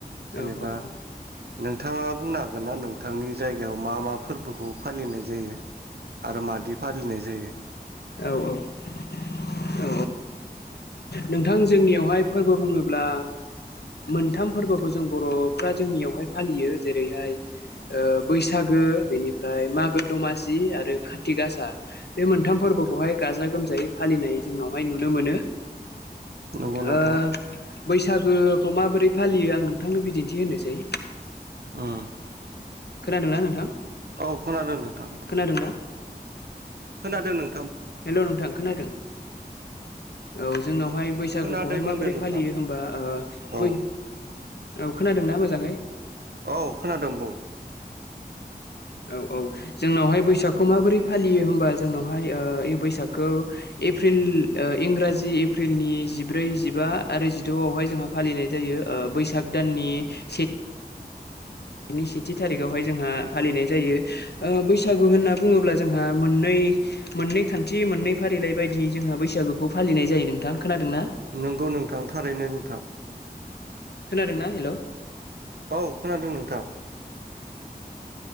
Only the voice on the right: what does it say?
जेनेबा
नों नोंथाङा बुंनो हागोन ना नोंथांनि जायगायाव मा मा फोरबोखौ फालिनाय जायो आरो मादि फालिनाय जायो
नंगौ नोंथां
उम
औ खोनादों नोंथां
खोनादों नों
खोनादों होनदों
नोंथां
औ
औ खोनादों बुं,
नंगौ नोंथां थारैनो नोंथां।
औ खोनादों नोंथां।